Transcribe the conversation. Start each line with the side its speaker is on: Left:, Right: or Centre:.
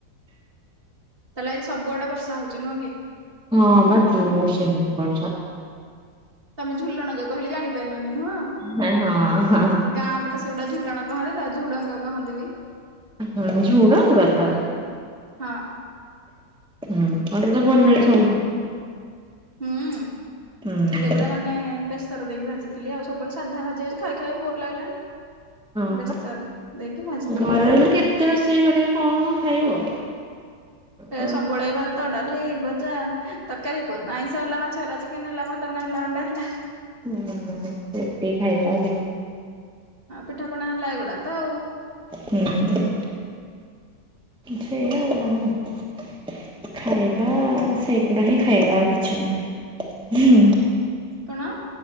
Right: ତାହେଲେ ଆଜି ସବୁଆଡେ ବର୍ଷା ହଉଛି ନୁହଁ କି?
Centre: ହଁ ବା ଜୋରସେ ହଉଚି ବର୍ଷା।
Right: ତମେ ଝୁଲଣ ଯୋଉ କହିଲେ ଜାଣିପାରିଲନି ନୁହଁ।
Centre: ହଁ ହଁ
Right: ଗାଁ ପଟେ ସେଗୁଡ଼ା ଝୁଲଣ କହନ୍ତି ତ ଝୁଡ଼ଙ୍ଗ କହନ୍ତି ବି।
Centre: ହଁ ଝୁଡ଼ଙ୍ଗ ତ।
Right: ହଁ।
Centre: ହଁ ମୋତେ ତ ଭଲ ଲାଗେ ସବୁଠୁ।
Right: ହୁଁ,
Centre: ହଁ
Right: ସେଗୁଡ଼ା ମାନେ ବେସର ଦେଇକି ଭାଜିଥିଲି ଆଉ। ସବୁବେଳେ ସାଧା ଭାଜେ। ଆଜି ଖାଇ ଖାଇ ବୋର୍ ଲାଗିଲାଣି।
Centre: ହଁ
Right: ବେସର
Centre: ବା
Right: ଦେଇକି ଭାଜିଥିଲି
Centre: ଘରେ ରହିଲେ କେତେ ରୋଷେଇ କରିବେ କଣ? ଖାଇବ।
Right: ସେ
Centre: ହୁଁ
Right: ସବୁବେଳେ ଭାତ, ଡାଲି, ଭଜା, ତରକାରୀ କୋଉଦିନ ଆଇଁଷ ହେଲା। ମା ଛ ହେଲା, ଚିକନ୍ ହେଲା, ମଟନ୍ ହେଲା, ଅଣ୍ଡା ହେଲା।
Centre: ହୁଁ, ସେତିକି ଖାଇବା ଆଉ କିଛି
Right: ହଁ ପିଠାପଣା ହେଲା ଏଗୁଡ଼ା ତ ଆଉ।
Centre: ହୁଁ, ସେଇଆ ଆଉ କଣ। ଖାଇବା ସେଇଗୁଡ଼ା ହିଁ ଖାଇବା ଆଉ କିଛି ନୁହେଁ। ହୁଁ।
Right: କଣ?